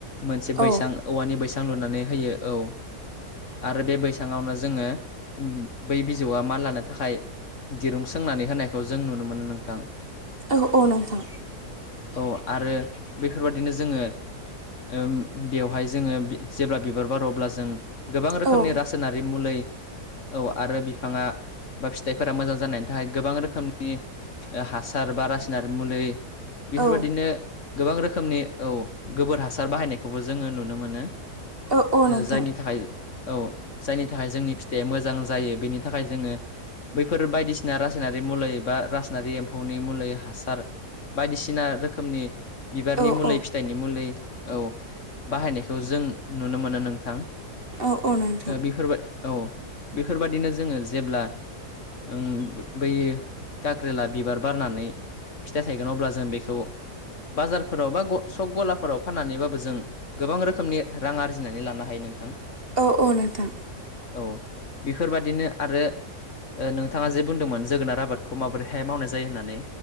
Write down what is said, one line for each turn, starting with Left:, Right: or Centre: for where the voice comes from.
Left: मोनसे
Right: औ
Left: बैसां औवानि बैसां लुनानै होयो औ। आरो बे बैसङावनो जोङो उम बै बिजौआ माल लानो थाखाय दिरुं सों सोंनानै होनायखौ जों नुनो मोनो नोंथां।
Right: औ औ नोंथां।
Left: औ आरो बेफोरबादिनो जोङो ओ बेवहाय जोङो बि जेब्ला बिबार बार' अब्ला जों गोबां रोखोमनि
Right: औ
Left: रासायनारि मुलै
Right: <inaudible>
Left: औ आरो बिफाङा बा फिथाइफोरा मोजां जानायनि थाखाय गोबां रोखोमनि ओ हासार बा रासनारि मुलि बेफोरबायदिनो
Right: औ
Left: गोबां रोखोमनि औ गोबोर हासार बाहायनायखौबो जोङो नुनो मोनो।
Right: औ औ
Left: ओ
Right: नोंथां
Left: जायनि थाखाय औ। जायनि थाखाय जोंनि फिथाइया मोजां जायो बेनि थाखाय जोङो बैफोर बायदिसिना रासायनारि मुलै बा रासनारि एम्फौनि मुलि हासार बायदिसिना रोखोमनि बिबारनि
Right: औ
Left: मुलि
Right: औ
Left: फिथाइनि मुलि औ बाहायनायखौ जों नुनो मोनो नोंथां। ओ
Right: औ औ नोंथां
Left: बेफोरबाय औ बेफोरबादिनो जोङो जेब्ला ओम बैयो गाख्रिला बिबार बारनानै फिथाइ थायगोन अब्ला जों बेखौ बाजारफोराव बा सक गलाफोराव फाननानैबाबो जों गोबां रोखोमनि रां आरजिनानै लानो हायो नोंथां।
Right: औ अ नोंथां
Left: औ बेफोरबादिनो आरो ओ नोंथाङा जे बुंदोंमोन जोगोनार आबादखौ माबोरैहाय मावनाय जायो होननानै